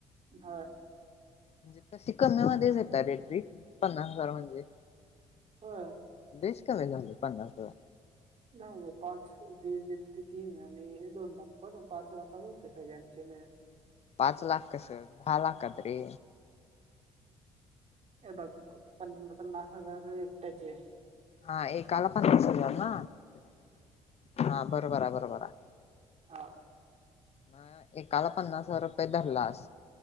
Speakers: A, on the right (about 50°); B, on the left (about 45°).
A: हा
B: रेट पन्नास हजार म्हणजे.
A: होय
B: बीस कमी झाली पन्नास ह.
A: नाही नाही पाच दीड दीड ते तीन आणि हे दोन लाख ब पाच लाख होते सगळ्यांचे ह.
B: पाच लाख कस दहा लाखात लाखात रे?
A: हे बघ प पन्नास हजार एकट्याचे
B: हा एकाला पन्नास हा बरोबर आहे बरोबर आहे.
A: हा
B: म एकाला पन्नास हजार रुपये धरलास